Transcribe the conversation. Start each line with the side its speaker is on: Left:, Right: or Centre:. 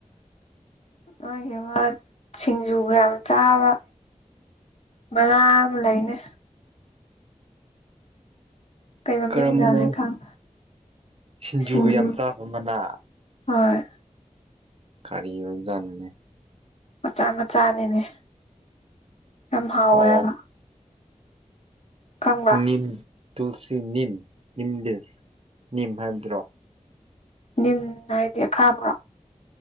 Left: ꯅꯣꯏꯒꯤ ꯑꯃ ꯁꯤꯡꯖꯨꯒ ꯌꯥꯝ ꯆꯥꯕ ꯃꯅꯥ ꯑꯃ ꯂꯩꯥꯅꯦ ꯀꯩ ꯃꯃꯤꯡꯅꯣꯗꯤ
Right: ꯀꯔꯝꯕꯅꯣ
Left: ꯈꯪ
Right: ꯁꯤꯡꯖꯨꯒ
Left: ꯁꯤꯡꯖꯨ
Right: ꯌꯥꯝ ꯆꯥꯕ ꯃꯅꯥ
Left: ꯍꯣꯏ
Right: ꯀꯔꯤ ꯑꯣꯏꯕꯖꯥꯠꯅꯣꯅꯦ
Left: ꯃꯆꯥ ꯃꯆꯥꯅꯤꯅꯦ ꯌꯥꯝ ꯍꯥꯎꯋꯦ
Right: ꯑꯣ
Left: ꯍꯥꯏꯕ ꯈꯪꯕ꯭ꯔꯥ
Right: ꯅꯤꯝ ꯇꯨꯜꯁꯤ ꯅꯤꯝ ꯅꯤꯝ ꯗꯤ ꯅꯤꯝ ꯍꯥꯏꯕꯗꯨꯔꯣ
Left: ꯅꯤꯝ ꯍꯥꯏꯗꯤ ꯑꯈꯥꯕ꯭ꯔꯣ